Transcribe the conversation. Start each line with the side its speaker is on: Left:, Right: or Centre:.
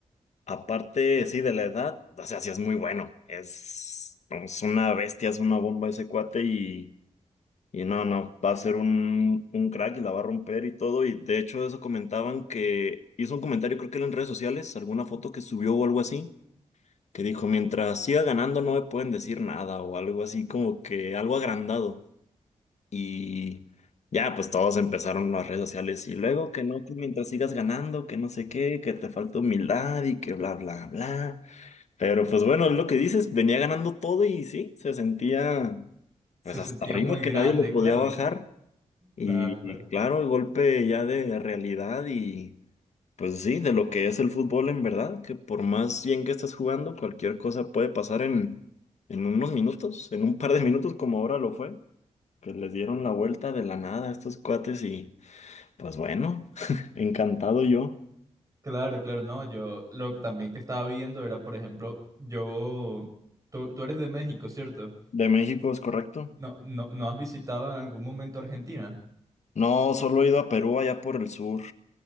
Left: Aparte, sí, de la edad, o sea, sí es muy bueno. Es, es una bestia, es una bomba ese cuate y, y no, no, va a ser un, un crack y la va a romper y todo. Y de hecho, eso comentaban que hizo un comentario, creo que era en redes sociales, alguna foto que subió o algo así, que dijo, mientras siga ganando no me pueden decir nada o algo así, como que algo agrandado. Y ya, pues todos empezaron las redes sociales y luego que no, que mientras sigas ganando, que no sé qué, que te falta humildad y que bla, bla, bla. Pero pues bueno, es lo que dices, venía ganando todo y sí, se sentía
Right: Se
Left: pues
Right: sentía
Left: hasta arriba
Right: muy
Left: que
Right: grande,
Left: nadie lo podía
Right: claro,
Left: bajar. Y,
Right: claro, claro.
Left: y claro, el golpe ya de realidad y pues sí, de lo que es el fútbol en verdad, que por más bien que estés jugando, cualquier cosa puede pasar en, en unos minutos, en un <laughs> par de minutos como ahora lo fue, que les dieron la vuelta de la nada a estos cuates y pues bueno, <laughs> encantado yo.
Right: Claro, claro, no, yo lo que también que estaba viendo era, por ejemplo, yo, tú, tú eres de México, ¿cierto?
Left: De México es correcto.
Right: No, no, ¿no has visitado en algún momento Argentina?
Left: No, solo he ido a Perú allá por el sur.